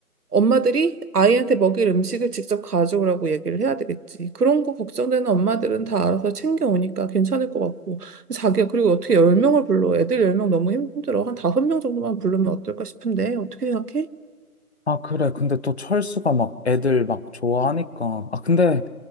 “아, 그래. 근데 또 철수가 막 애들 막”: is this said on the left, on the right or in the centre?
Left